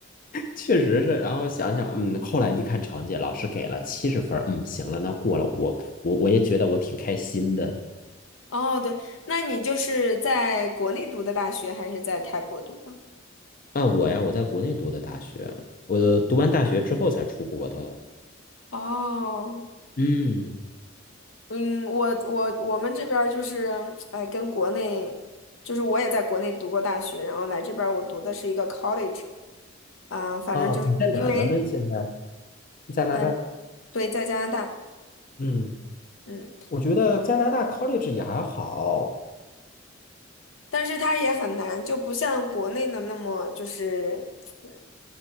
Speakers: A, on the left; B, on the left.
A: 确实是，然后想想，嗯，后来一看成绩，老师给了七十分儿，嗯，行了，那过了，我我我也觉得我挺开心的。
B: 哦，对，那你就是在国内读的大学，还是在泰国读的？
A: 啊，我呀，我在国内读的大学，我读完大学之后才出国的。
B: 哦，
A: 嗯，
B: 嗯，我我我们这边儿就是，哎，跟国内，就是我也在国内读过大学，然后来这边儿我读的是一个 college，啊、反正就是因为。
A: 哦，你在哪呢？现在？加拿大，
B: 嗯。对，在加拿大，
A: 嗯
B: 嗯，
A: 我觉得加拿大 college 也还好，
B: 但是它也很难，就不像国内的那么就是呃